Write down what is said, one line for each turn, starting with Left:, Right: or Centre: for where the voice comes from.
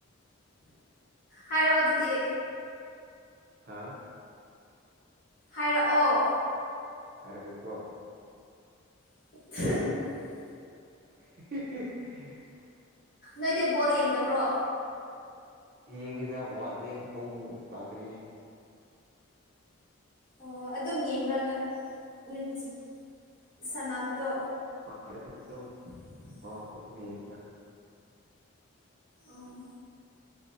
Left: ꯍꯥꯏꯔꯛꯑꯣ ꯑꯗꯨꯗꯤ
Right: ꯍꯥꯥ
Left: ꯍꯥꯏꯔꯛꯑꯣ
Right: ꯍꯥꯏꯔꯒꯦꯀꯣ
Left: <inaudible>
Right: <inaudible>
Left: ꯅꯣꯏꯗꯤ ꯕꯣꯜ ꯌꯦꯡꯗꯕ꯭ꯔꯣ
Right: ꯌꯦꯡꯉꯤꯗ ꯋꯥꯠꯂꯤ ꯄꯨꯡ ꯇꯥꯗ꯭ꯔꯤꯌꯦ
Left: ꯑꯣ ꯑꯗꯨꯝ ꯌꯦꯡꯕ꯭ꯔꯥꯅꯨꯡꯇꯤ ꯁꯥꯟꯅꯕꯗꯣ
Right: <inaudible>
Left: <inaudible>
Right: ꯑ
Left: ꯎꯝ